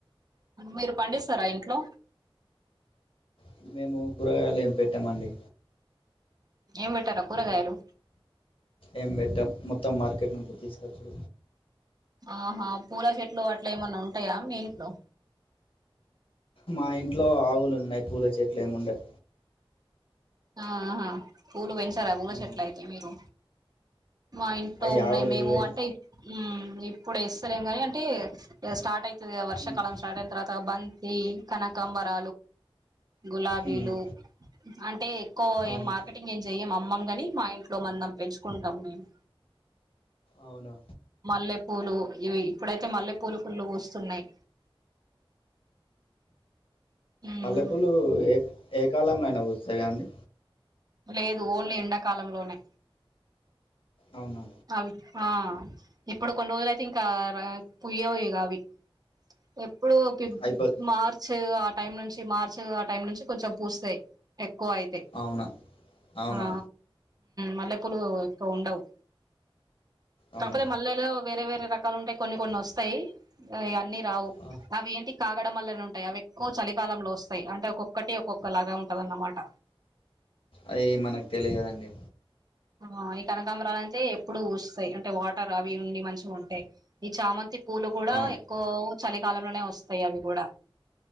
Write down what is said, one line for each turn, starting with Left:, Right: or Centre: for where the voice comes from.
Right: మీరు పండిస్తారా ఇంట్లో
Left: ఇది మేము కూరగాయలు ఏం పెట్టామండి
Right: ఏం పెట్టారా కూరగాయలు
Left: ఏం పెట్టాం మొత్తం మార్కెట్ నుంచి తీసుకొచ్చు
Right: ఆహా పూల చెట్లు అట్లా ఏమన్నా ఉంటాయా మీ ఇంట్లో
Left: మా ఇంట్లో ఆవులు ఉన్నాయి పూల చెట్లు ఏముండయి
Right: ఆహా పూలు పెంచాల పూల
Left: ఉమ్,
Right: చెట్లు అయితే మీరు మా ఇంట్లో
Left: అవి
Right: ఉన్నాయి
Left: ఆవులు
Right: మేము
Left: గీవులు
Right: అంటే ఉ ఇప్పుడు ఇస్తలేేం కాని అంటే స్టార్ట్ అయితది వర్ష
Left: ఉమ్,
Right: కాలం స్టార్ట్ అయితది అ బంతి కనకంబర్ గులాబీలు
Left: ఉమ్,
Right: అంటే ఎక్కువ
Left: అవును
Right: ఏం మార్కెటింగ్ ఏం చెయ్యం అమ్మంగాని మా ఇంట్లో మనం పెంచుకుంటాం మేము
Left: అవునా
Right: మల్లెపూలు ఇవి ఇప్పుడైతే మల్లెపూలు ఫుల్లు వస్తున్నాయి మ్మ్
Left: మల్లె పూలు ఏ ఏ కాలం డబ్బులు వస్తాయా అండి
Right: లేదు ఓన్లీ ఎండాకాలంలోనే
Left: అవునా
Right: అవి ఆ ఇప్పుడు కొన్ని రోజులు అయితే ఇంకా రా పుయ్యవు అవి ఎప్పుడు కి
Left: అయిపో
Right: మార్చ్ ఆ టైం నుంచి మార్చ్ అ టైం నుంచి కొంచెం పూస్తాయి ఎక్కువ అయితే
Left: అవునా అవునా
Right: ఆ మల్లె పూలు ఎక్కువుండవు.
Left: అవునా
Right: కాకపోతే మళ్లెలో వేరే వేరే రకాలుంటాయ్, కొన్ని కొన్ని వస్తాయ్. అవన్నీ రావు
Left: ఆ,
Right: కాగడం మల్లెలుంటాయి, అవి ఎక్కువ చలికాలంలో వస్తాయి. అంటే ఒక్కొక్కటి ఒక్కొక్కలాగా ఉంటదన్నమాట.
Left: అయి మనకి తెలియదండి
Right: ఆ ఈ కనకాంబరాలయితే ఎప్పుడు ఊస్తాయి, అంటే వాటర్ అవి ఉండి మంచిగా ఉంటే ఈ చామంతి పూలు కూడా
Left: ఆ,
Right: ఎక్కువ చలికాలంలోనే వస్తాయవి కూడా